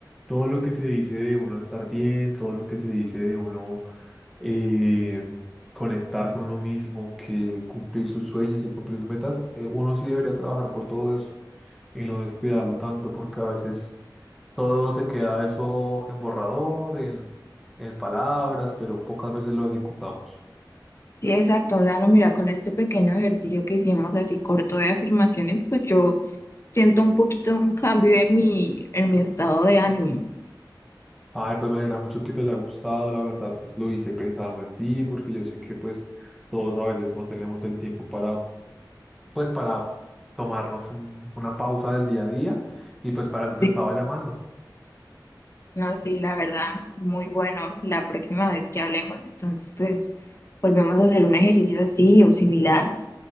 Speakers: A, in the centre; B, on the left.
A: todo lo que se dice de uno estar bien, todo lo que se dice de uno eh, conectar con lo mismo, que cumplir sus sueños y cumplir sus metas, eh, uno sí debería trabajar por todo eso y no descuidarlo tanto, porque a veces todo se queda eso en borrador, en, en palabras, pero pocas veces lo ejecutamos.
B: Sí, exacto. O sea, no mira, con este pequeño ejercicio que hicimos así corto de afirmaciones, pues yo Siento un poquito un cambio en mi, en mi estado de ánimo.
A: Ay, pues me alegra mucho que te haya gustado, la verdad, pues lo hice pensando en ti, porque yo sé que pues todos a veces no tenemos el tiempo para, pues para tomarnos un- una pausa del día a día y pues para eso te
B: Sí,
A: estaba llamando.
B: No, sí, la verdad, muy bueno. La próxima vez que hablemos, entonces, pues, volvemos a hacer un ejercicio así o similar.